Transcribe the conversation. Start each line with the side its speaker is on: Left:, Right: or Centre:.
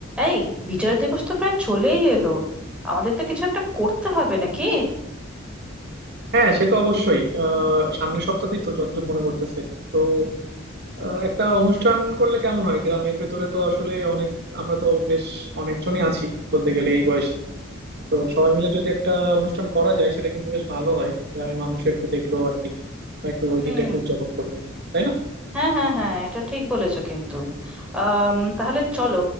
Centre: এই বিজয় দিবস তো প্রায় চলেই এলো আমাদের তো কিছু একটা করতে হবে নাকি
Right: হ্যাঁ সে তো অবশ্যই আহ সামনের সপ্তাহেই তো যতদূর মনে করতেছে তো আহ, একটা অনুষ্ঠান করলে কেমন হয় গ্রামের ভেতরে তো আসলে অনেক আমরা তো বেশ অনেকজনই আছি বলতে গেলে এই বয়সী তো সবাই মিলে যদি একটা অনুষ্ঠান করা যায় সেটা কিন্তু বেশ ভালো হয় গ্রামের মানুষ একটু দেখলো আর কি বা একটু ওই
Centre: হুম
Right: দিনটা একটু উদযাপন করলো তাই না
Centre: হ্যাঁ হ্যাঁ হ্যাঁ এটা ঠিক বলেছো কিন্তু আম, তাহলে চলো